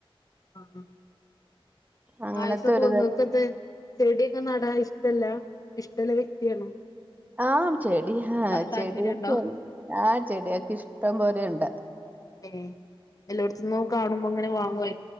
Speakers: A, on the left; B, on the right.
A: ആ ആ
B: അങ്ങനത്തെ
A: പായസൊക്കെ
B: ഒരു
A: <unintelligible>
B: തര
A: ചെടിയൊക്കെ നടാൻ ഇഷ് ഇഷ്ടല്ല ഇഷ്ടല്ലെ വ്യക്തിയണോ
B: ആം ചെടി ഹാ
A: താല്പര്യണ്ടോ
B: ചെടിയൊക്കെ ആ ചെടിയൊക്കെ ഇഷ്ടം പോലെയാെണ്ട്
A: ഏയ് എല്ലോട്ത്ത്ന്നും കാണുമ്പങ്ങനെ വാങ്ങ്വേ